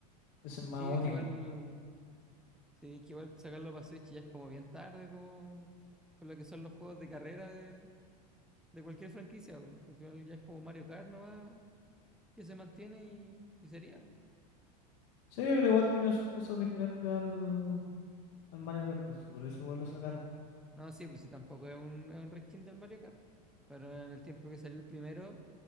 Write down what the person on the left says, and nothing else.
ese es más
único.
Sí, pero igual tiene sus cosas diferentes al, al Mario Kart, pues, y por eso igual lo sacaron.